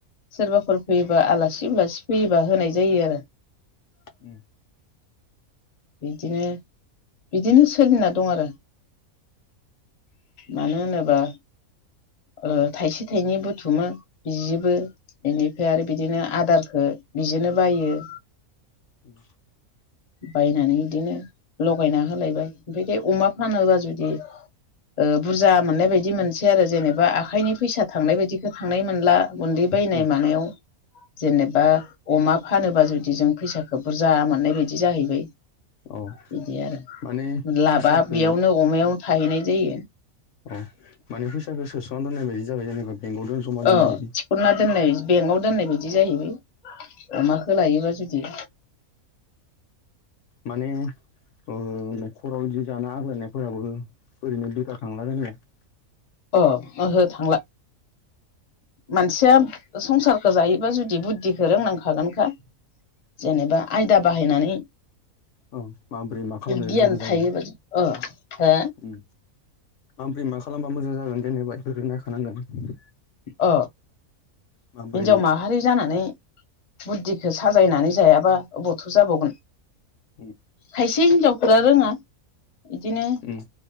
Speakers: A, on the left; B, on the left.
A: सोरबाफोर फैयोबा आलासि उलासि फैयोबा होनाय जायो आरो।
B: उम
A: बिदिनो बिदिनो सोलिना दं आरो। मानो होनोबा ओ थाइसे थाइनै बुथुमो जियोबो इनिफ्राय आरो बिदिनो आदारखौ बिजोंनो बायो।
B: उम
A: बायनानै इदिनो लगायना होलायबाय ओमफाय बे अमा फानोबा जुदि ओ बुरजा मोननाय बायदि मोनसै आरो जेनेबा आखाइनि फैसा थांनाय बायदिखो थांनाय मोनला गुन्दै बायनाय
B: उम
A: मानायाव जेनेबा अमा फानोबा जुदि जों फैसाखो बुरजा मोननाय बाय दि जाहैबाय
B: औ
A: बिदि आरो
B: माने
A: लाबा
B: फैसाखो
A: बेयावनो अमायाव थाहैनाय जायो।
B: अ माने फैसाखौ सोस'ना दोननाय बायदि जाबाय जेनेबा बेंकआव दोन जमा दोननाय
A: ओ
B: बायदि
A: थिखनना दोननाय बेंकआव दोननाय बायदि जाहैबाय अमाखौ लायोबा जुदि
B: माने ओ न'खराव बिदि जाना आग्लायनायफोराबो ओरैनो लखााखांला जानाया <unintelligible>
A: अ ओहो थांला मानसिया संसारखो जायोबा जुदि बुद्धिखौ रोंनांखागोनखा जेनेबा आयदा बाहायनानै
B: ओ माबोरै मा खालामनाय
A: गियान
B: मोजां
A: थायोबा
B: जागोन?
A: अ हो
B: उम आमफ्राय मा खालामबा मोजां जागोन जेनेबा इफोरखौ नायखानांगोन।
A: अ
B: माबोरै
A: हिन्जाव माहारि जानानै बुद्धिखो साजायनानै जायाबा अबावथ' जाबावगोन।
B: उम
A: खायसे हिनजावफोरा रोंङा बिदिनो
B: उम